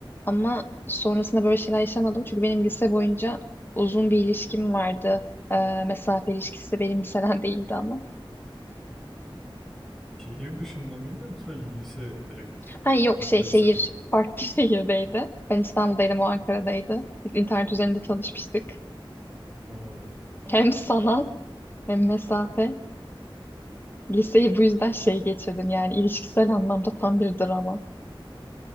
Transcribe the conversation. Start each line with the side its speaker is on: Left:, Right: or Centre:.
Left: Ama sonrasında böyle şeyler yaşamadım. Çünkü benim lise boyunca uzun bir ilişkim vardı. Ee, mesafe ilişkisi benim liseden <laughs> değildi ama.
Centre: şehir dışında mıydı yoksa lise direkt?
Left: Ha yok
Centre: Farklı
Left: şey şehir
Centre: lise mi?
Left: farklı <laughs> şehirdeydi. Ben İstanbul'daydım o Ankara'daydı. İnternet üzerinde tanışmıştık.
Centre: No.
Left: Hem sanat hem mesafe. Liseyi bu yüzden şey geçirdim yani ilişkisel anlamda tam bir drama.